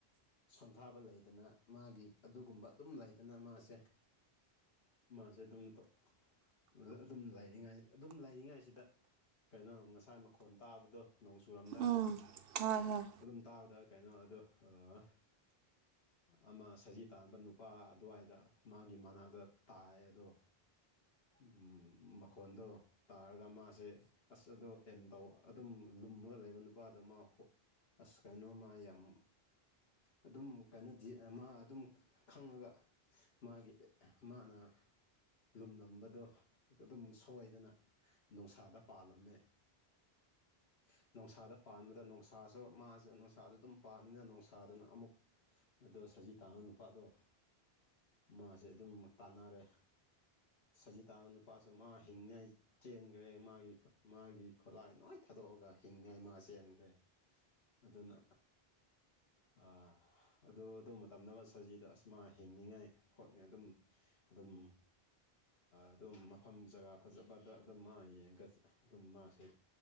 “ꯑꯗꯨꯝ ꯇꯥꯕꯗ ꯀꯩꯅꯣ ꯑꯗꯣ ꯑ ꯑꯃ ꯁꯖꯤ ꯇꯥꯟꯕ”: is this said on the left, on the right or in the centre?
Left